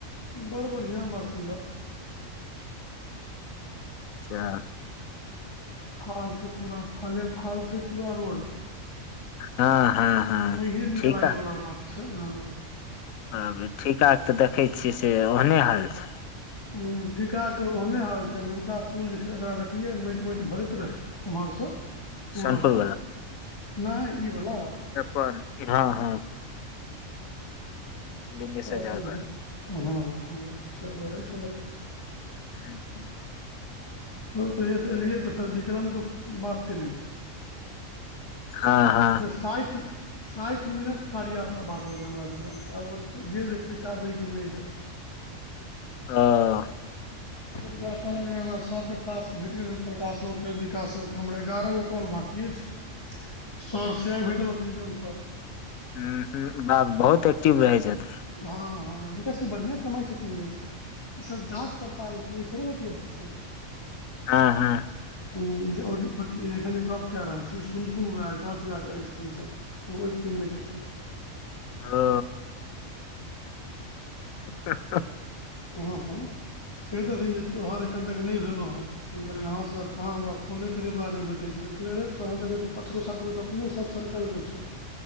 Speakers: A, on the left; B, on the left.
A: बड़ बढ़िया बड़ सुन्दर
B: अच्छा
A: थाल से पूरा थाले थाल छै पूरा रोड।
B: हँ हँ। हँ
A: नहिए नीक
B: ठीक
A: लागैवला
B: ह
A: बात छै ह।
B: आ ठीका तऽ देखैत छियै से ओहने हाल छै।
A: उ ठीका के ओहने हाल छै एमहुरका पुल देखलिये माटि माटि भरैत रहे। उमहर सँ पूरब
B: सोनपुर
A: सँ
B: वला
A: नहि ई वलाा।
B: पर हँ हँ। बिनेश
A: त
B: झा
A: से
B: घर
A: भ हँ ह से भरै छलै
B: <unintelligible>
A: फेर तहिये सँ अयलियै तऽ फेर विक्रम क बात केलियै।
B: हँ हँ
A: साठि साठि मिनट कार्या पर बात भेलै हमरा विक्रम के आब अगर जे दै पैसा दै कि नहि दै।
B: ह। <unintelligible>
A: <unintelligible> सबके। तास्क भेट गेलै ह प्रकाश विकाशो के हमर एगारह गो कॉल बाँकी छैय। सर से आइ भेटल रहथिन <unintelligible>
B: ह ह बाप बहुत एक्टिव रहै छथि।
A: हँ हँ हिनका सभके बढ़िआँ कमाइत छथिन ओहिसँ। ई सब जाँच पड़ताल मे छथिन थोड़े बतिआइ छथिन।
B: हँ हँ।
A: ह ई एखन जे गप्प कए रहल छी सुनथुन उएह जाँच उएह करै छथिन शायद। ओ ओहि टीम मे छथिन।
B: ओ <unintelligible>
A: हँ हँ कहदेथिन तोहरे एखन तक नहि भेलौँ ह। हम कहलियै हँ सर कहाँ हमरा फोने करयवला नहि भेटैत छैय अरे तोरो पाँचगो सातगो तऽ। अपने सब सर्कल के छौव।